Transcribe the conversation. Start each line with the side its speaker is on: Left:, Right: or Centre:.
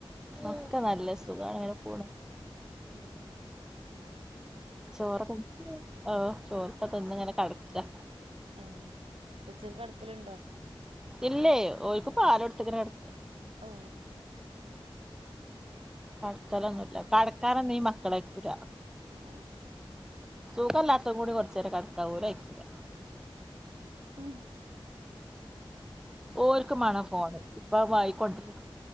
Centre: ഒക്കെ നല്ല സുഖാണ് ഇങ്ങനെ പോണ്
Right: ഉം
Centre: ചോറൊക്കെ ആ ചോർപ്പ തിന്ന് ഇങ്ങനെ കട്ക്കാ
Right: ഏ ഉച്ചക്ക് കടക്കലുണ്ടോ
Centre: ഇല്ലെയ് ഓൽക്ക് പാൽ കൊട്ത്ത് ഇങ്ങനെ കയ്‌ക്കാ
Right: ഓ
Centre: കട്ക്കലൊന്നും ഇല്ല കട്ക്കാനൊന്നും ഈ മക്കൾ അയ്ക്കൂലാ
Right: ആ
Centre: സുഖല്ലാത്തെയ് കൂടി കെർച്ചേരം കട്ക്കാൻ ഓൽ അയക്കുലാ
Right: ഉം
Centre: ഓൽക്കും മാണം ഫോണ് ഇപ്പ അയ് വാങ്ങിക്കൊണ്ടരാ